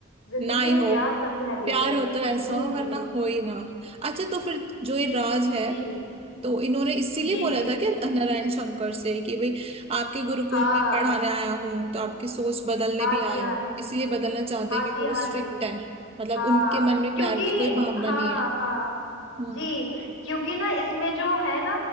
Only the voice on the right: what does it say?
ना ही
हो
प्यार
हो तो ऐसा
हो
वरना हो ही ना अच्छा तो फिर जो ये राज है
तो इन्होंने इसीलिए
बोला
था कि नारायण शंकर से कि भाई आपके गुरुकुल
में पढ़ाने आया हूँ तो आपकी सोच बदलने
भी आया
हूँ इसीलिए बदलना चाहते
हैं क्योंकि
वो
स्ट्रिक्ट
है मतलब
उनके मन
में प्यार की कोई भावना
नहीं है
हम्म